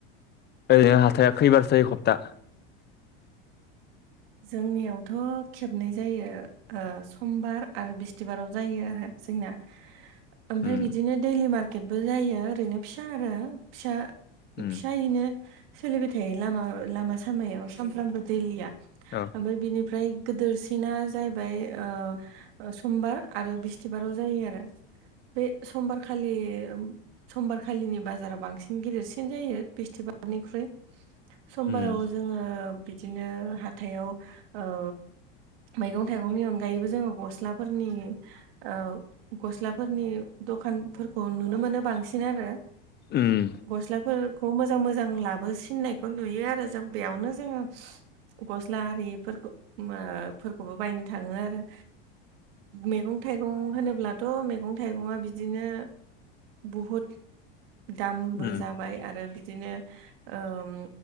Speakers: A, on the left; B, on the right.
A: ओरैनो हाथाया खैबारसायो हप्ता?
B: जोंनियावथ' खेबनै जायो ओ समबार आरो बिस्थिबाराव जायो आरो जोंना ओमफाय
A: उम
B: बिदिनो दैलि मार्केटबो जायो ओरैनो फिसा आरो फिसा
A: उम
B: फिसायैनो सोलिबाय थायो लामा लामा सामायाव सामफ्रामबो दैलिया
A: औ।
B: ओमफाय बिनिफ्राय गोदिरसिना जायबाय ओ ओ समबार आरो बिस्थिबाराव जायो आरो बे समबारखालि समबारखालिनि बाजाराव बांसिन गिदिरसिन जायो बिस्थिबारनिख्रुइ समबाराव
A: उम
B: जोङो बिदिनो हाथायाव ओ मैगं थाइगंनि अनगायैबो जोङो गस्लाफोरनि औ गस्लाफोरनि दखानफोरखौ नुनो मोनो बांसि सिन आरो‌
A: उम
B: गस्ला फोरखौ मोजां मोजां लाबो सिननायखौ नुयो आरो जों बेयावनो जोङो गस्ला आरिफोरखो ओ फोरखौबो बायनो थाङो आरो। मैगं थाइगं होनोब्लाथ' मैगं थाइगङा बिदिनो बहुत दामबो
A: उम
B: जा बाय आरो बिदिनो ओम‌